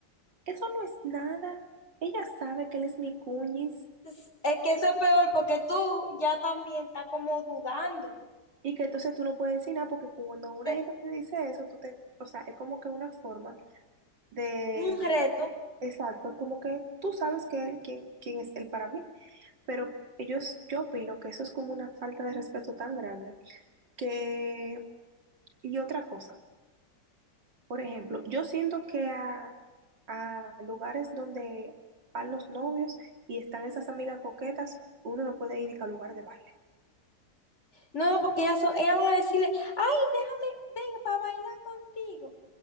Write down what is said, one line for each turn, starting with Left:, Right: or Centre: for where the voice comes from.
Right: eso no es nada. Ella sabe que él es mi cuñis
Left: es es que eso es peor porque tú ya también estás como dudando.
Right: y que entonces tú no puedes decir nada porque cuando una
Left: Es
Right: gente te dice eso, tú te, o sea, es como que una forma de,
Left: Un reto.
Right: exacto, como que tú sabes que él, quién, quién es él para mí. Pero ellos, yo opino que eso es como una falta de respeto tan grande que, y otra cosa. Por ejemplo, yo siento que a, a lugares donde van los novios y están esas amigas coquetas, uno no puede ir ni que a lugar de baile.
Left: No, no, porque ellas, son- ellas van a decirle, ay, deja- venga para bailar contigo.